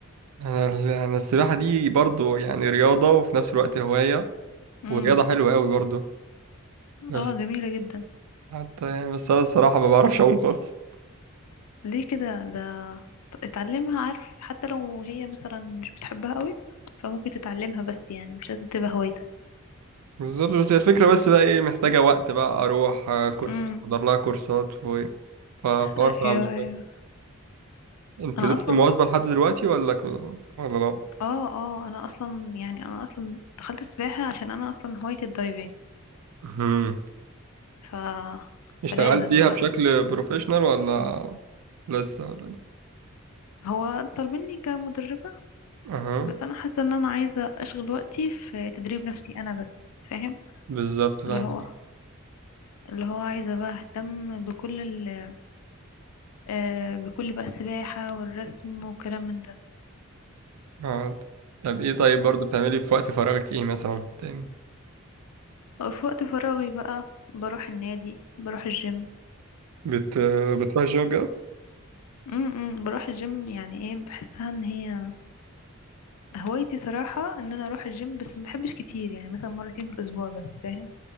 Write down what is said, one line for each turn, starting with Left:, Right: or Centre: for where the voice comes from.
Right: أنا ال- أنا السباحة دي برضو يعني رياضة وفي نفس الوقت هواية
Left: امم
Right: ورياضة حلوة أوي برضو بس
Left: اه جميلة جدا
Right: حتى يعني بس أنا الصراحة ما بعرفش أعوم خالص
Left: ليه كده ده اتعلمها عارف حتى لو هي مثلا مش بتحبها قوي فممكن تتعلمها بس يعني مش لازم تبقى هوايتك
Right: بالظبط بس هي الفكرة بس بقى ايه محتاجة وقت بقى اروح آه، كورس
Left: امم
Right: احضر لها كورسات و... فالحوار
Left: ايوه
Right: صعب شوية
Left: ايوه
Right: انت
Left: انا
Right: لسه
Left: اصلا
Right: مواظبة لحد دلوقتي ولا ك... ولا لا
Left: اه اه انا اصلا يعني انا اصلا دخلت سباحة عشان انا اصلا هوايتي الدايفنج
Right: مهم.
Left: ف
Right: اشتغلتيها
Left: فلازم بقى
Right: بشكل بروفيشنال ولا لسه ولا ايه
Left: هو طالبيني كمدربة
Right: اها
Left: بس انا حاسة ان انا عايزة اشغل وقتي في تدريب نفسي انا بس فاهم
Right: بالظبط فاهم
Left: اللي هو اللي هو عايزة بقى اهتم بكل ال... آه، بكل بقى السباحة والرسم وكلام من ده
Right: اه طب ايه طيب برضو بتعملي في وقت فراغك ايه مثلا تاني
Left: في وقت فراغي بقى بروح النادي بروح الجيم
Right: بت... بتروحي الجيم كده
Left: امم بروح الجيم يعني ايه بحسها ان هي هوايتي صراحة ان انا اروح الجيم بس ما بحبش كتير يعني مثلا مرتين في الاسبوع بس فاهم